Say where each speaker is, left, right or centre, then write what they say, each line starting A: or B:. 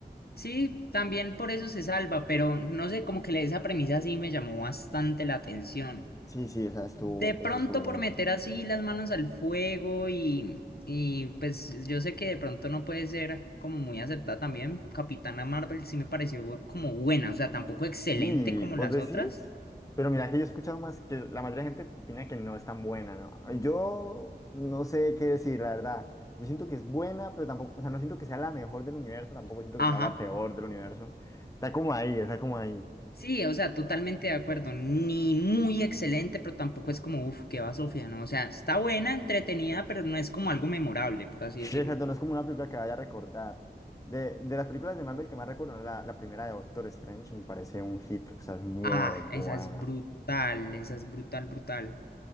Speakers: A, on the left (about 60°); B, on the left (about 20°).
A: Sí, también por eso se salva, pero no sé, como que esa premisa sí me llamó bastante la atención.
B: Sí, sí, esa
A: De
B: estuvo,
A: pronto
B: esa estuvo buena.
A: por meter así las manos al fuego y, y pues yo sé que de pronto no puede ser como muy aceptada también. Capitana Marvel sí me pareció bu- como buena, o sea, tampoco excelente
B: Sí,
A: como
B: vos
A: las
B: decís,
A: otras.
B: pero mira que yo he escuchado más que la mayoría de gente opina que no es tan buena, ¿no? Yo no sé qué decir, la verdad. Yo siento que es buena, pero tampoco, o sea, no siento que sea la mejor del universo, tampoco siento que
A: Ajá.
B: sea la peor del universo. Está como ahí, está como ahí.
A: Sí, o sea, totalmente de acuerdo. Ni muy excelente, pero tampoco es como, uff, qué va Sofía, ¿no? O sea, está buena, entretenida, pero no es como algo memorable, por así
B: Sí,
A: decirlo.
B: exacto, no es como una película que vaya a recordar. De, de las películas de Marvel que más recuerdo, ¿no? la, la primera de Doctor Strange me parece un hit, o sea, es muy
A: Ah,
B: buena.
A: esa es brutal, esa es brutal, brutal.